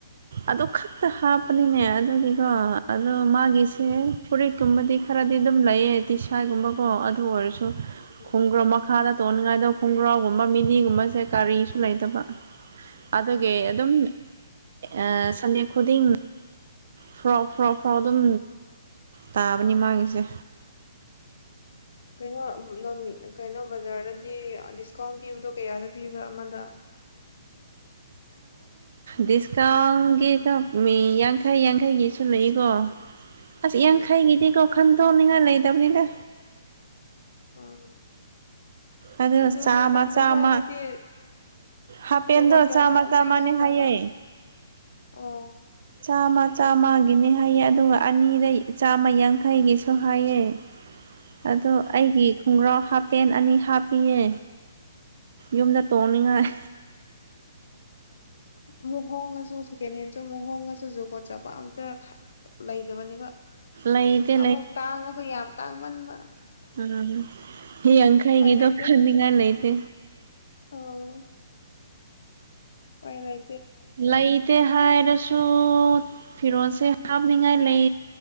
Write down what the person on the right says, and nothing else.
ꯑꯗꯨ ꯈꯛꯇ ꯍꯥꯞꯄꯅꯤꯅꯦ ꯑꯗꯨꯒꯤꯀꯣ ꯑꯗꯣ ꯃꯥꯒꯤꯁꯦ
ꯐꯨꯔꯤ ꯀꯨꯝꯕꯗꯤ ꯈꯔꯗꯤ ꯑꯗꯨꯝ ꯂꯩꯌꯦ ꯇꯤꯁꯥꯏꯒꯨꯝꯕꯀꯣ ꯑꯗꯨ ꯑꯣꯏꯔꯁꯨ
ꯈꯣꯡꯒ꯭ꯔ ꯃꯈ ꯈꯥꯗ ꯇꯣꯡꯅꯤꯡꯉꯥꯏꯗꯕ ꯈꯣꯡꯒ꯭ꯔꯥꯎꯒꯨꯝꯕ ꯃꯤꯅꯤꯒꯨꯝꯕꯁꯦ ꯀꯔꯤꯁꯨ ꯂꯩꯇꯕ ꯑꯗꯨꯒꯤ
ꯑꯗꯨꯝ ꯑꯥ ꯁꯟꯗꯦ ꯈꯨꯗꯤꯡ ꯐꯣꯔꯣꯛ ꯐꯣꯔꯣꯛ ꯐꯣꯔꯣꯛ ꯑꯗꯨꯝ ꯇꯥꯕꯅꯤ ꯃꯥꯒꯤꯁꯦ
ꯗꯤꯁꯀꯥꯎꯟꯒꯤ ꯀ ꯃꯤ ꯌꯥꯡꯈꯩ ꯌꯥꯡꯈꯩꯒꯤꯁꯨ ꯂꯩꯀꯣ ꯑꯁ
ꯌꯥꯡꯈꯩꯒꯤꯗꯤꯀꯣ ꯈꯟꯗꯣꯛꯅꯤꯡꯉꯥꯏ ꯂꯩꯇꯕꯅꯤꯗ
ꯑꯗꯨ
ꯆꯥꯝꯃ
ꯆꯥꯝꯃ
ꯍꯥꯄꯦꯟꯗꯣ
ꯆꯥꯝꯃ
ꯆꯥꯝꯃꯅꯦ
ꯍꯥꯏꯌꯦ
ꯆꯥꯝꯃ ꯆꯥꯝꯃꯒꯤꯅꯦ ꯍꯥꯏꯌꯦ ꯑꯗꯨꯒ ꯑꯅꯤꯗꯩ ꯆꯥꯝꯃ ꯌꯥꯡꯈꯩꯒꯤꯁꯨ ꯍꯥꯏꯌꯦ ꯑꯗꯣ
ꯑꯩꯒꯤ ꯈꯣꯡꯒ꯭ꯔꯥꯎ ꯍꯥꯄꯦꯟ ꯑꯅꯤ ꯍꯥꯞꯄꯤꯌꯦ ꯌꯨꯝꯗ ꯇꯣꯡꯅꯤꯡꯉꯥꯏ
ꯂꯩꯇꯦ
ꯑ ꯍ ꯌꯥꯡꯈꯩꯒꯤꯗꯣ
ꯍꯟꯅꯤꯉꯥꯏ ꯂꯩꯇꯦ
ꯂꯩꯏꯇꯦ ꯍꯥꯏ ꯔꯁꯨ
ꯐꯤꯔꯣꯜꯁꯦ ꯍꯥꯞꯅꯤꯡꯉꯥꯏ ꯂꯩ